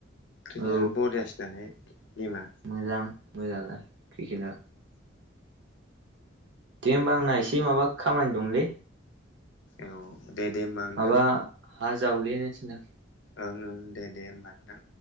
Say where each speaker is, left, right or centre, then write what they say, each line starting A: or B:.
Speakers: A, on the left; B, on the right.
A: क्रिकेटानो
B: औ
A: बरियासिन नालाय गेमा
B: मोजां मोजांआलाय क्रिकेट आ दे होमबा आंना एसे माबा खामानि दंलै
A: औ दे दे होमबा नोंथां
B: माबा हा जावग्लिनो थिन्दों
A: ओं ओं दे दे होमबा नोंथां